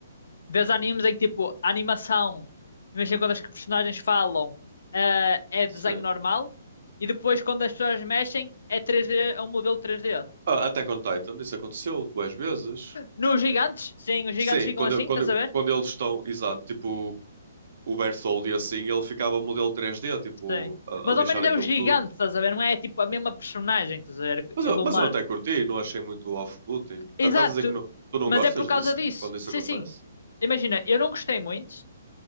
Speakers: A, on the left; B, on the right.
A: ver animes em que tipo a animação, imagina quando as personagens falam, eh, é
B: sim.
A: desenho normal e depois quando as pessoas mexem é 3D, é um modelo 3D.
B: Ah, Attack on Titan, isso aconteceu duas vezes.
A: Nos gigantes, sim, os gigantes
B: Sim,
A: ficam
B: quando,
A: assim,
B: quando,
A: estás a ver?
B: quando eles estão, exato, tipo o Berthold e assim, ele ficava modelo 3D, tipo,
A: Sim.
B: a,
A: Mas
B: a lixar
A: ao menos é
B: aquilo
A: o gigante,
B: tudo.
A: estás a ver? Não é tipo a mesma personagem, estás a ver?
B: Mas
A: Ele
B: eu,
A: humano.
B: mas eu até curti, não achei muito off-putting.
A: Exato.
B: Tá- Estás a dizer que não- tu não
A: Mas
B: gostas
A: é por causa
B: disso?
A: disso.
B: Quando isso
A: Sim,
B: acontece?
A: sim. Imagina, eu não gostei muito.